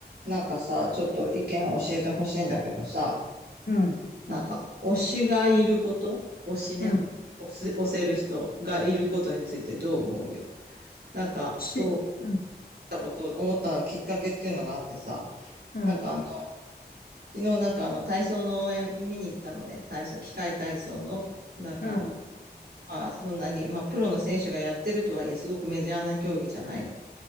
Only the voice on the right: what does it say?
なんかさ、ちょっと意見を教えてほしいんだけどさ、
なんか、推しがいること推しね。
推す、推せる人がいることについてどう思うよ。なんか、
そう思っ
たこと、思ったきっかけっていうのがあってさ、
なんかあの、昨日なんかあの、体操の応援見に行ったのね。体操、機械体操の、なんかあの、
まあ、そんなに、まあ、プロの選手がやってるとはいえ、すごくメジャーな競技じゃない